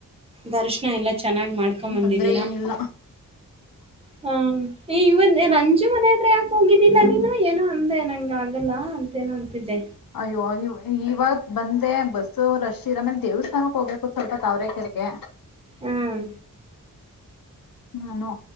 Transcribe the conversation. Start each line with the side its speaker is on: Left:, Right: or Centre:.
Right: ದರ್ಶನ ಎಲ್ಲ ಚೆನ್ನಾಗಿ್ ಮಾಡ್ಕೊಬಂದಿದ್ದೀರಾ
Left: ಏನ್ ತೊಂದ್ರೆ ಏನಿಲ್ಲ
Right: ಹಾ ಇವ ರಂಜು ಮನೆತ್ರ್ರೆ ಯಾಕೆ ಹೋಗಿದ್ದಿಲ್ಲಾ ನೀನು ಏನೋ ಅಂದೆ ನಂಗ ಆಗಲ್ಲ ಅಂತೇನು ಅಂತಿದ್ದೆ
Left: ಅಯ್ಯೋ ನೀ ಇವತ್ ಬಂದೆ ಬಸ್ ಸೊ ರಶ್ ಇರ ಆಮೇಲೆ ದೇವಸ್ಥಾನಕ್ಕೆ ಹೋಗ್ಬೇಕು ಸ್ವಲ್ಪ ತಾವರೆ ಕೆರೆಗೆ
Right: ಹ್ಮ್
Left: ನಾನೋ